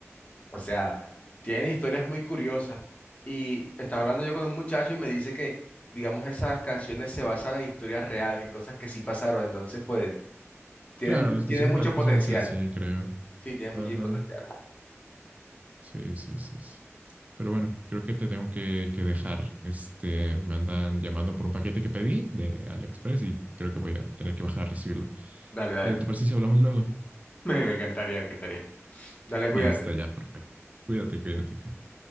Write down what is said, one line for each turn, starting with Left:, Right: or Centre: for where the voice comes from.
Left: O sea, tienen historias muy curiosas. Y estaba hablando yo con un muchacho y me dice que, digamos, esas canciones se basan en historias reales, en cosas que sí pasaron. Entonces, pues, tienen,
Right: Claro,
Left: mu-
Right: las
Left: tienen
Right: canciones
Left: mucho
Right: de narcos
Left: potencial.
Right: suelen ser así, creo.
Left: Sí, tienen
Right: Ajá.
Left: mucho potencial.
Right: Sí, sí, sí, sí. Pero bueno, creo que te tengo que, que dejar. Este, me andan llamando por un paquete que pedí de AliExpress y creo que voy a tener que bajar a recibirlo.
Left: Dale, dale.
Right: Eh, ¿te parece si hablamos luego?
Left: <laughs> Me, me encantaría, me encantaría. Dale, cuídate.
Right: Listo, ya, perfecto. Cuídate, cuídate, cuídate.